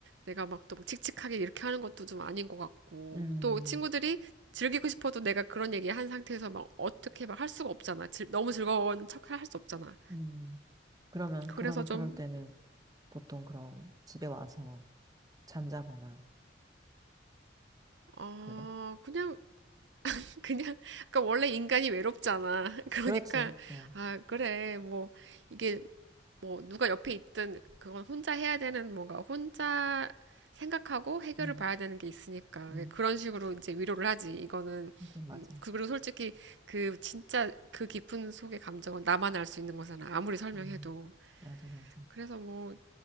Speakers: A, on the right (about 75°); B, on the right (about 20°).
A: 내가 막 또 칙칙하게 이렇게 하는 것도 좀 아닌 것 같고
B: 음,
A: 또 친구들이 즐기고 싶어도 내가 그런 얘기 한 상태에서 막 어떻게 막 할 수가 없잖아. 즐- 너무 즐거운 척할 수 없잖아.
B: 음. 그러면,
A: 그래서
B: 그러면
A: 좀,
B: 그럴 때는 보통 그럼 집에 와서 잠자거나,
A: 어,
B: 그래.
A: 그냥, <laughs> 그냥, 그까 원래 인간이 외롭잖아. <laughs> 그러니까,
B: 그렇지. 어.
A: 아, 그래, 뭐, 이게 뭐 누가 옆에 있든 그건 혼자 해야 되는 뭔가 혼자 생각하고 해결을
B: 음,
A: 봐야 되는 게 있으니까
B: 음.
A: 그런 식으로 이제 위로를 하지 이거는
B: 하긴, 맞아.
A: 음, 그 그리고 솔직히 그 진짜 그 깊은 속의 감정은 나만 알 수 있는 거잖아 아무리 설명해도
B: 음. 맞아, 맞아.
A: 그래서 뭐